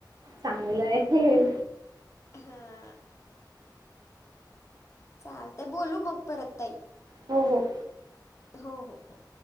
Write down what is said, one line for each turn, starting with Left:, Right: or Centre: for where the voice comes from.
Right: चांगलं आहे.
Left: हा. चालतय बोलू मग परत ताई.
Right: हो हो.
Left: हो हो हो.